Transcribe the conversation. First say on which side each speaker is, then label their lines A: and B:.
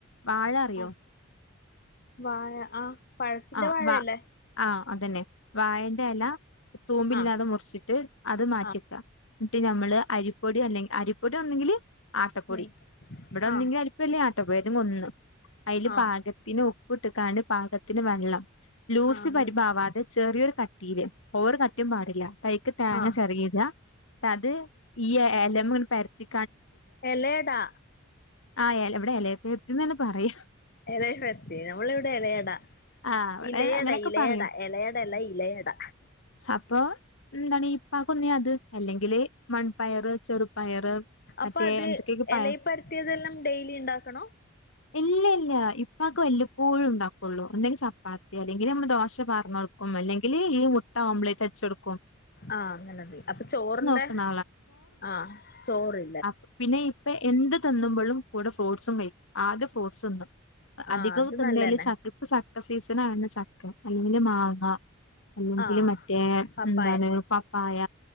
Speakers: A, on the left; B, on the left.
A: വാഴ അറിയോ
B: ആഹ് വാഴ ആഹ് പഴത്തിന്റെ
A: ആഹ്
B: വാഴല്ലേ
A: വ ആഹ് അതന്നെ വായന്റെ എല തൂമ്പില്ലാതെ
B: ആഹ്
A: മുറിച്ചിട്ട് അത് മാറ്റിക്ക
B: ആഹ്
A: എന്നിട്ട് ഞമ്മള് അരിപ്പൊടി അല്ലെ അരിപ്പൊടി ഒന്നെങ്കിൽ ആട്ടപ്പൊടി
B: ഉം
A: ഇവിടൊന്നെങ്കി
B: ആഹ്
A: അരിപ്പല്ലേ ആട്ട ഇട്ടപ്പേര് മുന്ന് അയില്
B: ആഹ്
A: പാകത്തിന് ഉ പ്പ്ട്ട്കണ് പാക ത്തിന് വെള്ളം ലൂസി
B: ആഹ്
A: പരിപ്പാവാതെ ചെറിയൊരു കട്ടിയില് ഓവർ കട്ടിയും പാടില്ല തൈക്ക് തേങ്ങ
B: ആഹ്
A: ചെറകിട്ക ട്ടത് ഈ എലമെൽ പരത്തി
B: എലേടാ
A: ആഹ് എല ഇവടെ എലത്തി <unintelligible> ത്തിന്നണ് പറയ
B: എലയപ്പത്തി നമ്മളിവിടെ എലയട
A: ആഹ് അവടെ
B: ഇലയട
A: അങ്ങനൊക്കെ
B: ഇലയട
A: പറയും
B: എലയടല്ല
A: ഉം.
B: ഇലയട
A: അപ്പൊ എന്താണീ പാകുന്നേ അത് അല്ലെങ്കില് മൺപയറ് ചെറുപയറ്
B: അപ്പ
A: മറ്റേ
B: അത്
A: എന്തൊക്കെയൊക്കെ പയ
B: എലയപ്പ ത്തിതെല്ലാം ഡെയിലി ഇണ്ടാക്കണോ
A: ഇല്ലല്ല ഇപ്പക്കെ വല്ലപ്പോഴും ഉണ്ടാക്കുള്ളൂ ഒന്നെങ്കി ചപ്പാത്തി അല്ലെങ്കില് നമ്മടെ ദോശ പറനോൾക്കും അല്ലെങ്കില് ഈ മുട്ട ഓംപ്ലെറ്റ് അടിച്ച് കൊടു
B: ആഹ് അങ്ങനെതി അപ്പ ചോറിന്റെ
A: നോക്കുന്ന
B: ആഹ് ചോറ്
A: അഹ് പിന്നെ ഇപ്പ എന്ത് തിന്നുമ്പളും കൂടെ ഫ്രൂട്ട്സും കഴി ആദ്യ ഫ്രൂട്ട്സ് ഇന്നും അതികവും
B: ആഹ് അത്
A: തിന്നല്
B: നല്ലന്നെ
A: ചക്ക് ഇപ്പ് ചക്ക സീസൺ ആണ് ചക്ക അല്ലെങ്കില് മാങ്ങ അല്ലെങ്കില്
B: ആഹ്
A: മറ്റേ
B: പപ്പായ
A: എന്താണ് പപ്പായ